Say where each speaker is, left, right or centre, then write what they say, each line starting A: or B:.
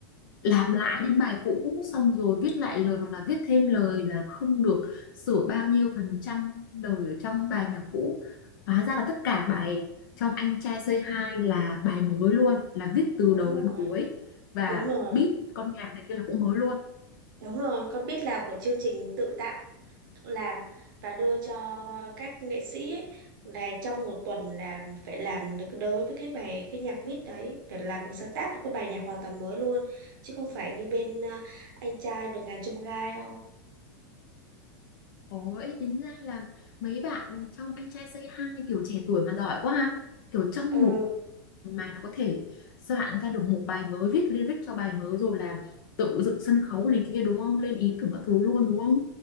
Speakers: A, on the left (about 75°); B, on the right (about 75°).
A: làm lại những bài cũ xong rồi viết lại lời hoặc là viết thêm lời là không được sửa bao nhiêu phần trăm lời ở trong bài nhạc cũ Hóa ra là tất cả bài trong Anh trai Say Hi là bài mới luôn, là viết từ
B: đúng
A: đầu
B: rồi
A: đến cuối và
B: đúng rồi
A: beat con nhạc này kia là cũng mới luôn.
B: Đúng rồi, con biết là của chương trình tự tạo, tự làm và đưa cho các nghệ sĩ ấy, là trong một tuần là phải làm được đối với cái bài cái nhạc beat đấy, phải làm một sáng tác một cái bài nhạc hoàn toàn mới luôn, chứ không phải như bên à, anh trai vượt ngàn chông gai đâu.
A: Ôi, tính ra là mấy bạn trong Anh trai Say Hi kiểu trẻ tuổi mà giỏi quá ha. Kiểu trong
B: Ừ,
A: một mà nó có thể soạn ra được một bài mới, viết lyric cho bài mới rồi là tự dựng sân khấu này kia đúng không? Lên ý tưởng các thứ luôn đúng không?